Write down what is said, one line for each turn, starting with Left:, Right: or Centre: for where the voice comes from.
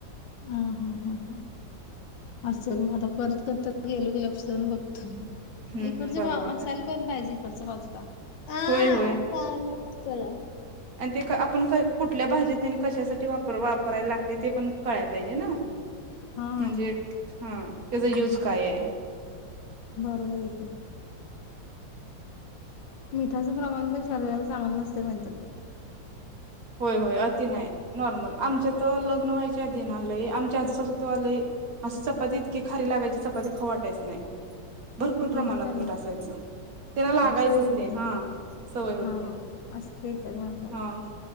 Left: अ हा हा हा, असल मग आता परत कधी तर गेलो की लक्ष देऊन बघतो.
Right: हम्म
Left: इकडची
Right: हम्म बघा
Left: बा
Right: बघा
Left: असायला पण पाहिजे, इकडच्या बाजूला आ
Right: होय होय.
Left: <unintelligible> चला
Right: आणि ते क आपण कय कुठल्या भाजीतनि कशासाठी वापर वापराय लागतय ते पण कळाय पाहिजे ना
Left: हा
Right: म्हणजे हा त्याचा यूज काय ये
Left: बरोबर आय की मिठाचं प्रमाण पण शरीराला चांगलं नसतय म्हणत्यात बई
Right: होय होय अति नाई नॉर्मल, आमच्या त लग्न व्हायच्या आधी ना लय, आमची आजी सासू तवा लय, असं चपाती इतकी खारी लागायची चपाती खाऊ वाटायच नाई. भरपूर प्रमाणात
Left: म्हणजे त्यांना
Right: मीठ असायचं, त्यांना लागायचंच
Left: सवय होती
Right: ते हा सवय होती,
Left: हा हा असते एकाच माणसाला
Right: हा